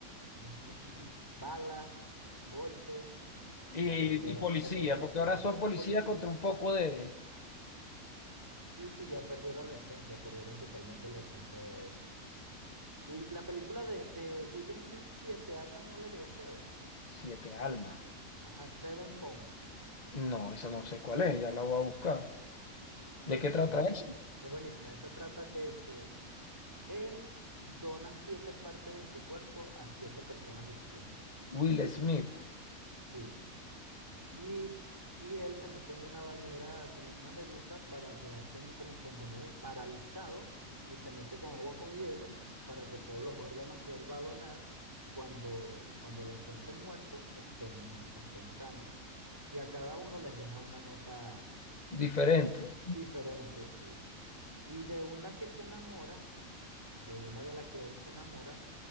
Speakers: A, on the right (about 15°); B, on the left (about 30°).
A: <laughs> balas, golpes.
B: Y,
A: Ya perdieron,
B: y policía,
A: perdieron la
B: porque
A: esencia.
B: ahora son policías
A: Y policía.
B: contra un poco de,
A: Sí, sí, ya perdieron la esencia, perdieron totalmente la esencia de eso. Y la película de, de Will Smith, Siete Almas, ¿no la llegaste a ver?
B: Siete almas.
A: Ajá, Seven Pound.
B: No, esa no sé cuál es, ya la voy a buscar. ¿De qué trata
A: Es buenísima,
B: eso?
A: es buenísima. Esa trata de que él dona siete partes de su cuerpo a siete personas distintas.
B: Will Smith,
A: Sí. Y, y él se mete en una bañera con una medusa para quedarse en- como que envenen paralizado, y se mete con agua con hielo para que todos los órganos que él va a donar, cuando, cuando lo encuentren muerto, estén, estén sanos. Y a cada uno les deja una nota
B: diferente.
A: diferente, sí. Y de una que se enamora de una de las que él se enamora,